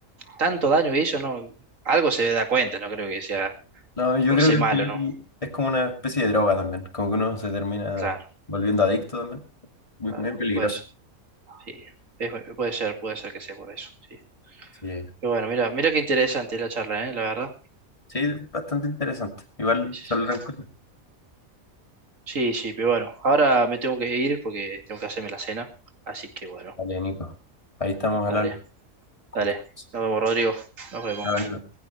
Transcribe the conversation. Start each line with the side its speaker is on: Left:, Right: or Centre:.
Right: tanto daño que hizo, no, algo se da cuenta, no creo que sea
Left: No, yo
Right: por
Left: creo
Right: ser
Left: que al
Right: malo,
Left: final
Right: ¿no?
Left: es como una especie de droga también, como que uno se termina
Right: Claro,
Left: volviendo adicto también. Muy,
Right: claro,
Left: muy peligroso.
Right: pues, sí, Es- puede ser, puede ser que sea por eso, sí.
Left: Sí.
Right: Pero bueno, mira, mira qué interesante la charla, ¿eh? La verdad.
Left: Sí, bastante interesante. Igual
Right: Sí, sí,
Left: saldrán
Right: sí.
Left: cosas.
Right: Sí, sí, pero bueno, ahora me tengo que ir porque tengo que hacerme la cena, así que bueno,
Left: Vale, Nico. Ahí estamos
Right: dale.
Left: al habla. Cualquier
Right: Dale,
Left: cosa.
Right: nos vemos, Rodrigo. Nos vemos.
Left: Chao, Nico.